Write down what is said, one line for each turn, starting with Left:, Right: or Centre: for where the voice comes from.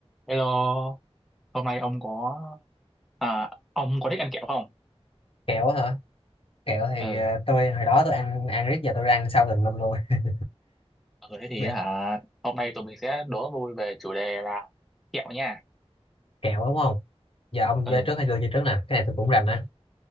Centre: Hello, hôm nay ông có à, ông có thích ăn kẹo không?
Left: kẹo hả kẹo thì
Centre: Ừ,
Left: ờ, tôi hồi đó tôi ăn ăn riết giờ tôi ra ăn sau tùm lum luôn <laughs>
Centre: ừ thế thì
Left: Bị
Centre: hả, hôm nay tụi mình sẽ đố vui về chủ đề là kẹo nha.
Left: kẹo đúng không giờ ông
Centre: Ừ,
Left: chơi trước hay tôi chơi trước nè cái này tôi cũng rành á